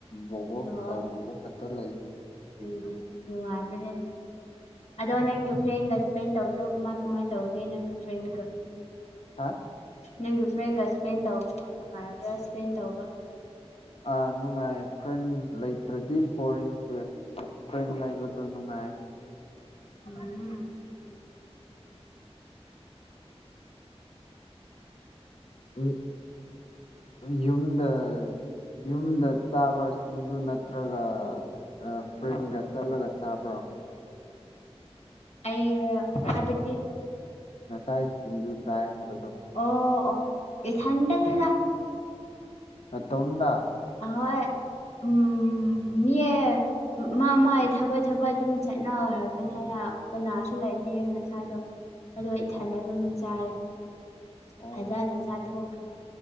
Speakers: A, on the left; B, on the left.
A: ꯕꯣꯕꯣꯛ
B: ꯑꯣ
A: ꯑ ꯕꯣꯕꯣꯛ ꯈꯛꯇ ꯂꯩꯌꯦ
B: ꯎꯝ ꯅꯨꯡꯉꯥꯏꯕꯅꯦ ꯑꯗꯣ ꯅꯪꯗꯤ ꯐ꯭ꯔꯦꯟꯒ ꯐ꯭ꯔ‌ꯦꯟ ꯇꯧꯕꯤꯌꯣ ꯀꯃꯥꯏ ꯀꯃꯥꯏ ꯇꯒꯦꯅ ꯐ꯭ꯔꯦꯟꯒ
A: ꯍꯥ
B: ꯅꯪꯒꯤ ꯐ꯭ꯔꯦꯟꯒ ꯏꯁꯄꯦꯟ ꯇꯧꯕꯗ‌ꯣ ꯅꯨꯡꯉꯥꯏꯔꯕ꯭ꯔꯥ ꯏꯁꯄꯦꯟ ꯇꯧꯕ
A: ꯑꯥ ꯅꯨꯡꯉꯥꯏ ꯐ꯭ꯔꯦꯟ ꯂꯩꯇ꯭ꯔꯗꯤ ꯕꯣꯔꯤꯡ ꯆꯨꯏꯌ‌ꯦ ꯐ꯭ꯔ‌ꯦꯟ ꯂꯩꯕꯗ‌ꯣ ꯅꯨꯡꯉꯥꯏꯌ‌ꯦ
B: ꯎꯝ
A: ꯎꯝ ꯌꯨꯝꯗ ꯌꯨꯝꯗ ꯆꯥꯕꯁꯤꯡꯖꯨ ꯅꯠꯇ꯭ꯔꯒ ꯑ ꯐ꯭ꯔꯦꯟꯒ ꯆꯠꯂꯒ ꯆꯥꯕ꯭ꯔꯣ
B: ꯑꯩ ꯍꯥꯏꯕꯗꯤ
A: ꯉꯁꯥꯏ ꯁꯤꯡꯖꯨ ꯆꯥꯏ ꯍꯥꯏꯕꯗꯣ
B: ꯑꯣ ꯑꯣ ꯏꯊꯟꯇꯅꯦꯗꯥ
A: ꯅꯇꯣꯝꯗ
B: ꯑꯍꯣꯏ ꯎꯝ ꯃꯤ ꯑꯥ ꯃꯥ ꯃꯥꯏ ꯊꯕꯛ ꯊꯕꯛ ꯑꯗꯨꯝ ꯆꯠꯅꯈ꯭ꯔꯕꯅꯤꯅ ꯀꯅꯥꯁꯨ ꯂꯩꯇꯦ ꯉꯁꯥꯏꯗꯣ ꯑꯗꯣ ꯏꯊꯟꯗ
A: ꯑꯣ
B: ꯑꯗꯨꯝ ꯆꯥꯔꯦ
A: ꯑꯣ
B: ꯐꯖꯅ ꯆꯥꯊꯣꯛꯈ꯭ꯔꯦ